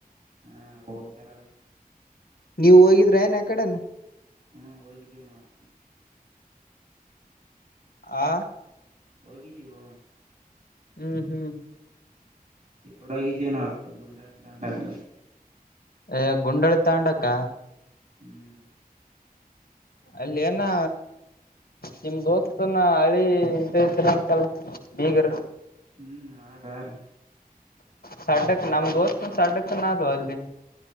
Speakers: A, on the right (about 60°); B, on the left (about 80°).
A: ಹಾ ಔದ್ದಾರ
B: ನೀವು ಹೋಗಿದ್ರ ಏನ್ ಯ ಕಡೆನ?
A: ಹ್ಮ್ ಹೋಗಿದ್ದೀವಿ ನಾವು.
B: ಆ
A: ಹೋಗಿದ್ದೀವೊ.
B: ಹ್ಮ್-ಹ್ಮ್
A: ಈ ಕಡಗೆ ಒಗಿದ್ವಿ ನ ಆ ಗೋಂಡಳ ತಾಂಡಾಕ.
B: ಅ ಗುಂಡಳಿ ತಾಂಡಕ್ಕ.
A: ಹ್ಮ್
B: ಅಲ್ಲಿ ಏನಾ ನಿಮ ದೋಸ್ತನ್ನ ಹಳಿ ಇದ್ರತ್ರ ಅಂತಲ್ ಬೀಗರ್
A: ಹ್ಮ್ ಆರ್-ಆರ್
B: ಸಡ್ಡಕ್ಕ್ ನಮ್ ದೋಸ್ತನ್ ಸಡ್ಡಕ್ಕನದು ಅಲ್ಲಿ.